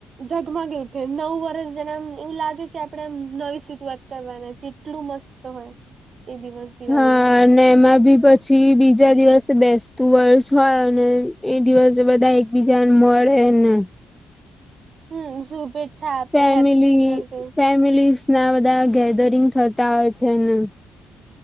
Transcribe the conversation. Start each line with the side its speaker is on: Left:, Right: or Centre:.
Right: જગમગી ઉઠે. નવું વર્ષ જેનેમ એવુ લાગે કે આપડેમ નવી શરૂઆત કરવાના છે એટલું મસ્ત હોય, એ દિવસ દિવાળી
Centre: હા
Right: નો
Centre: અને એમાં બી બ પછી બીજા દિવસે બેસતું વર્ષ હોય, અને એ દિવસે બધા બીજાને મળેને
Right: હમ શુભેચ્છા આપે
Centre: ફેમિલી
Right: હેપપીનીગર દવ
Centre: ફેમિલીસ ના બધા ગેધરિંગ થતા હોય છેને.